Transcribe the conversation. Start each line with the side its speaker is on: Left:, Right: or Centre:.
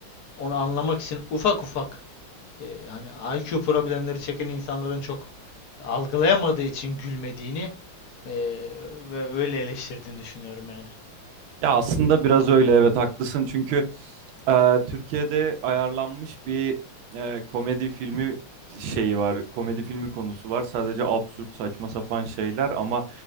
Left: onu anlamak için ufak ufak e, hani IQ problemleri çeken insanların çok algılayamadığı için gülmediğini e, ve öyle eleştirdiğini düşünüyorum yani.
Right: Ya aslında biraz öyle evet haklısın çünkü e, Türkiye'de ayarlanmış bir e, komedi filmi şeyi var. Komedi filmi konusu var. Sadece absürt saçma sapan şeyler ama